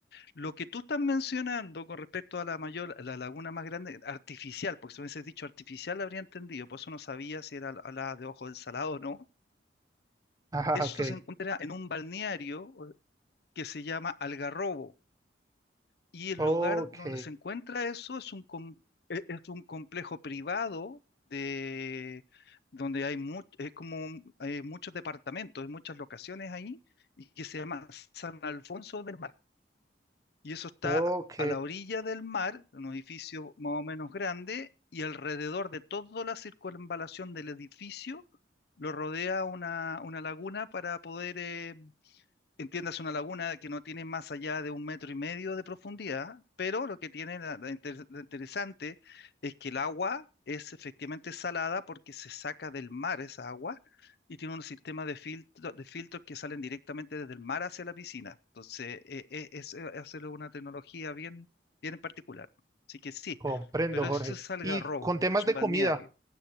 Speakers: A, on the left; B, on the right.
A: Lo que tú estás mencionando con respecto a la mayor, a la laguna más grande, artificial, porque si me hubieses dicho artificial la habría entendido, por eso no sabía si era la la de ojo del salado o no.
B: ah,
A: Eso
B: ok,
A: se encuentra en un balneario eh, que se llama Algarrobo, y el
B: ok.
A: lugar donde se encuentra eso es un, com- e- es un complejo privado de, donde hay mu- es como un- hay muchos departamentos, hay muchas locaciones ahí, y que se llama San Alfonso del Mar. Y eso está
B: Ok,
A: a la orilla del mar, en un edificio más o menos grande, y alrededor de toda la circunvalación del edificio lo rodea una, una laguna para poder eh, entiendas una laguna que no tiene más allá de un metro y medio de profundidad, pero lo que tiene la- la inter- lo interesante es que el agua es efectivamente salada porque se saca del mar esa agua y tiene un sistema de filtro, de filtros que salen directamente desde el mar hacia la piscina. Entonces, eh, eh, es, eh, hacerlo una tecnología bien, bien en particular. Así que sí,
B: comprendo,
A: pero
B: Jorge.
A: eso es algarrobo,
B: Y con temas
A: es un
B: de
A: balneario,
B: comida,